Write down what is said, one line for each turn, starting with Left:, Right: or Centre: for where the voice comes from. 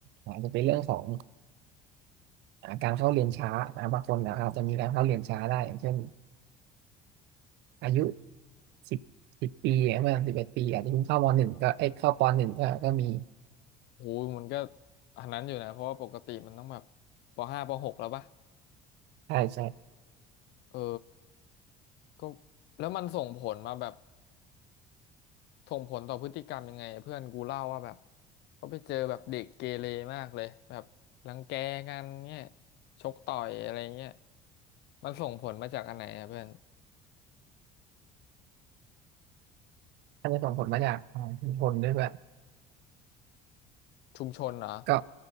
Right: อาจจะเป็นเรื่องของอ่าการเข้าเรียนช้านะบางคนนะคจจะมีการเข้าเรียนช้าได้อย่างเช่นอายุสิบสิบปีเมื่อสิบเอ็ดปีอาจจะเพิ่งเข้ามหนึ่งก็เอ้ยเข้าปหนึ่งก็ก็มี
Left: โหมันก็อันนั้นอยู่นะเพราะว่าปกติมันต้องแบบปห้าปหกแล้วปะ
Right: ใช่ใช่
Left: เออก็แล้วมันส่งผลมาแบบส่งผลต่อพฤติกรรมยังไงเพื่อนกูเล่าว่าแบบเขาไปเจอแบบเด็กเกเรมากเลยแบบรังแกกันเนี่ยชกต่อยอะไรเงี้ยมันส่งผลมาจากอันไหนอะเพื่อน
Right: อาจจะส่งผลมาจากอ่าชุมชนด้วยเพื่อน
Left: ชุมชนเหรอ
Right: ก็